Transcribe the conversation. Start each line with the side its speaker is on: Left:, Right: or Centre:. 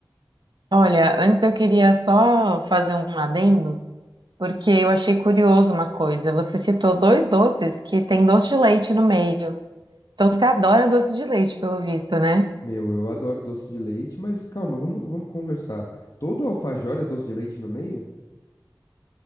Right: Olha, antes eu queria só fazer um adendo, porque eu achei curioso uma coisa. Você citou dois doces que tem doce de leite no meio. Então você adora doce de leite, pelo visto, né?
Left: Meu, eu adoro doce de leite, mas calma, vamos, vamos conversar. Todo alfajor é doce de leite no meio?